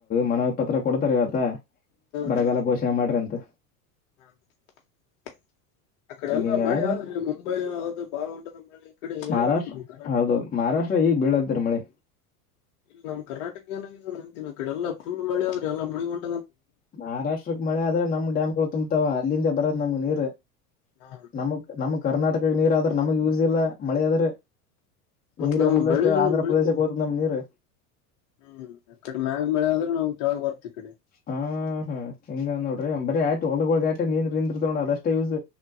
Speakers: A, on the left (about 20°); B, on the left (about 65°).
A: ಮನ ಪತ್ರ ಕೊಡ್ತಾರ ಇವತ್ತ ಬರಗೆಲ್ಲ
B: ಹಾ
A: ಘೋಷಣೆ ಮಾಡ್ರಿ ಅಂತ
B: <inaudible> ಅಕಡೆ
A: ಹಿಂಗ
B: ಎಲ್ಲ
A: ಹಿಂಗ
B: ಮಳೆ
A: ಆದ್ರಂತ
B: ಆದ್ರೆ ಮುಂಬೈ ಯ್ದ ಬಾಗಳಹೊಂಡದ ಮಳೆ ಈ ಕಡೆ ಏನಗ
A: ಮಹಾರಾಷ್ಟ್ರ
B: ನಮ್ಮ್ ಕರ್ನಾಟಕ
A: ಹೌದೌದು ಮಹಾರಾಷ್ಟ್ರ ಈಗ್ ಬೀಳತ್ತರಿ ಮಳೆ
B: ಇಲ್ಲ ನಮ್ಮ್ ಕರ್ನಾಟಕ ಏಾಗಿದ ನ ಅಂತಿನ ಕಡೆಲ್ಲಾಲ್ ಮಳೆ ಆದ್ರೆಲ್ಲಾ ಮುಣಗೊಂಡು
A: ಮಹಾರಾಷ್ಟ್ರಕ್ ಮಳೆ ಆದ್ರೆ ನಮ್ ಡ್ಯಾಮ್ಗಳು ತುಂಬ್ತಾವ ಅಲ್ಲಿಂದೆ ಬರದ ನಮಗ್ ನೀರ್
B: ಹಾ
A: ನಮಗ್ ನಮ್ ಕರ್ನಾಟಕ ನೀರ್ ಆದ್ರೆ ನಮಗ್ ಯೂಸ್ ಇಲ್ಲ ಮಳೆ ಆದ್ರೆ
B: ಮತ್
A: ನೀರೆಲ್ಲಷ್ಟು
B: ನಾವು ಬೆಳಿನು
A: ಆಂಧ್ರ
B: ಬೆಳಿತೇವಲ್ಲ
A: ಪ್ರದೇಶಕ್ಕೆ ಓತದ್ ನಮ್ ನೀರ್
B: ಹ್ಮ್ ಅಕಡೆ ಮ್ಯಾಗ ಮಳೆ ಆದ್ರೆ ನಮಗೆ ಕೆೆಳಗ ಬರ್ತ್ತ ಈ ಕಡೆ
A: ಹಾ ಹಾ ಹಿಂಗ ನೋಡ್ರಿ ಬರ ಆಟೆ ಒಳಗ ಒಳಗ ಆಟ ನೀಂದ ನಿಂದ್ರ ತೋ ಅದಷ್ಟೇ ಯೂಸ್